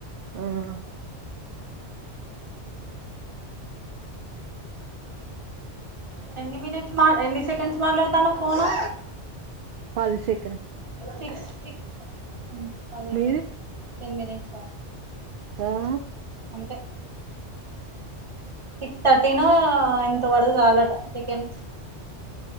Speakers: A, on the right (about 60°); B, on the right (about 25°).
A: ఆహా
B: ఎన్ని మినిట్స్ మా ఎన్ని సెకండ్స్ మాట్లాడతానావ్ ఫోను
A: పది సెకండ్
B: సిక్స్టీ అంటే <inaudible>
A: మీది
B: టెన్ మినిట్స్ ఆ
A: రా
B: అంతే సిక్స్ థర్టీనో ఎంత వరకు సాలు అట సెకండ్స్